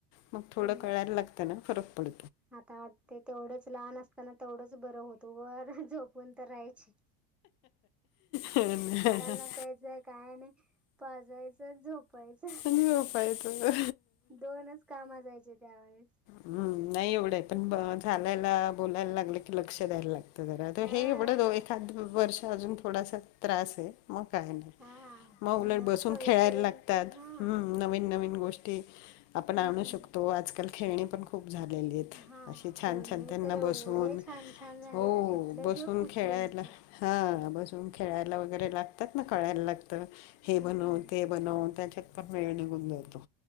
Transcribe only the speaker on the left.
मग थोडं
कळायला लागतं ना फरक पड
हा ना.
आणि झोपायचं
हम्म नाही एवढं पण ब चालायला, बोलायला लागलं की लक्ष द्यायला लाग त जरा
हे एवढं दो एखाद वर्ष अजून थोडासा त्रास आहे मग काय नाही.
म
उलट
बसून
खेळायला लागतात
हम्म नवीन-नवीन गोष्टी आपण
आणू शकतो आजकाल खेळणे पण खूप झालेली आहेत
अशी
छान छान त्यांना
बसवून
हो
बसवून
खेळायला
हा बसवून खेळायला वगैरे लागतात ना कळायला लागतं
हे बनवून ते बनवून त्याख्यात पण वेळ निघून जायतो